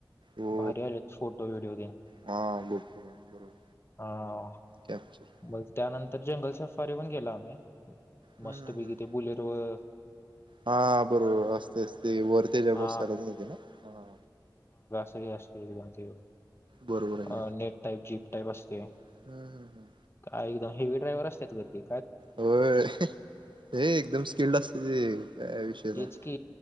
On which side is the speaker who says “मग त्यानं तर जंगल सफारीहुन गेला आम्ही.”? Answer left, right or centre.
Left